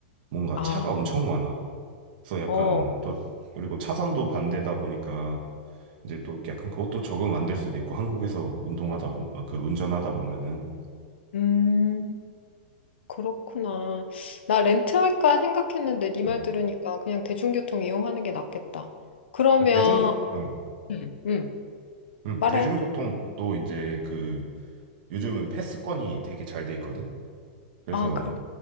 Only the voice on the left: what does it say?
아,
어,
음, 그렇구나. 나 렌트할까 생각했는데 네 말
들으니까 그냥 대중교통 이용하는 게 낫겠다. 그러면,
음, 음,
말해.
아, 그렇,